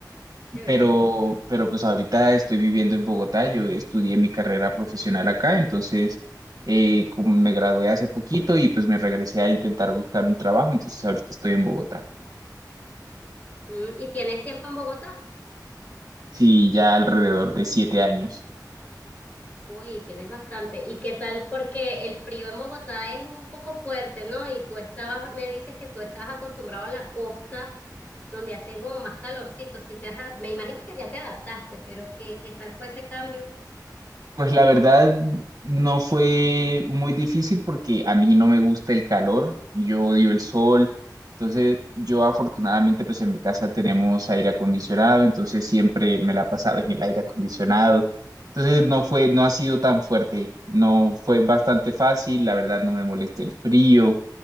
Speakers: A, on the left; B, on the right.
A: chévere.
B: pero, pero pues ahorita estoy viviendo en Bogotá, yo estudié mi carrera profesional acá, entonces eh, como me gradué hace poquito y pues me regresé a intentar buscar un trabajo, entonces ahorita estoy en Bogotá,
A: Mm, ¿y tienes tiempo en Bogotá?
B: sí, ya alrededor de siete años.
A: Uy, tienes bastante. ¿Y qué tal? Porque el frío en Bogotá es un poco fuerte, ¿no? Y tú estabas, me dices que tú estabas acostumbrado a la costa. donde hacían como más calorcito. Si te has- me imagino que ya te adaptaste, pero ¿qué, qué tal fue ese cambio?
B: Pues la verdad no fue muy difícil porque a mí no me gusta el calor, yo odio el sol, entonces yo afortunadamente pues en mi casa tenemos aire acondicionado, entonces siempre me la pasaba en el aire acondicionado, entonces no fue, no ha sido tan fuerte, no fue bastante fácil, la verdad no me molesta el frío,